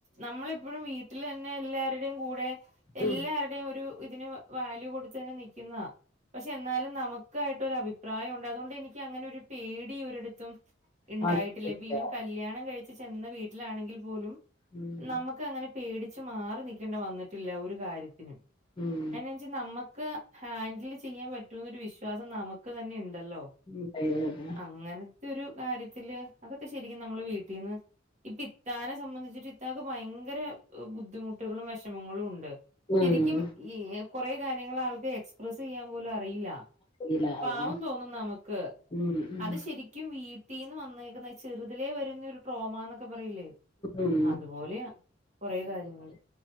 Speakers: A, on the right (about 40°); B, on the left (about 25°).
A: നമ്മളെപ്പഴും വീട്ടിലെന്നെ എല്ലാരെടേം കൂടെ- എല്ലാരുടെയും
B: ഉം ഉം
A: ഒരു ഇതിന് വാല്യൂ കൊടുത്ത് ന്നെ നിക്ക്യ്ന്ന- പക്ഷെ എന്നാലും നമുക്കായിട്ടൊരു അഭിപ്രായുണ്ട് അതോണ്ട് എനിക്ക് അങ്ങനെ ഒരു പേടി ഒരിടത്തും- ഇണ്ടായിട്ടില്ല
B: വന്നിട്ടില്ല.
A: ഇപ്പ ഇവൻ കല്യാണം കഴിച് ചെന്ന വീട്ടിലാണെങ്കിൽ പോലും-
B: ഉം
A: നമക്ക് അങ്ങനെ പേടിച് മാറി നിക്കേണ്ട വന്നിട്ടില്ല ഒരു കാര്യത്തിനും-
B: ഉം
A: അയ്നഞ്ച് നമ്മക്ക് ഹാന്ൻഡിൽ ചെയ്യാൻ പറ്റൂനൊരു വിശ്വാസം നമുക്ക് തന്നെ ഇണ്ട്- ണ്ടല്ലോ
B: ഉം ഫീലാവതാ
A: അങ്ങനത്തെരു കാര്യത്തില് അതൊക്കെ ശരിക്കും നമ്മള് വീട്ടീന്ന്- ഇപ്പി ത്താനെ സംബന്ധിച്ചിട്ട് ഇത്താക്ക് ഭയങ്കര- ബുദ്ധിമുട്ടുകളും വെഷമങ്ങളും ഉണ്ട്
B: ഉം
A: ശരിക്കും ഈ- കൊറേ കാര്യങ്ങള് ആൾക്ക് എക്സ്പ്രസ് യ്യാൻ പോലുംഅ റിയില്ല
B: ഇല്ലാതെ.
A: പാവം തോന്നും നമ്ക്ക്
B: ഉം ഉം
A: അത് ശരിക്കും വീ ട്ടീന്ന് വന്നേക്ന്ന ചെറ്തിലേ വരുന്ന ഒരു ട്രോമന്നൊക്കെ പറയില്ലേ
B: ഉം.
A: അതുപോലെയ- കൊറെ കാര്യങ്ങള് -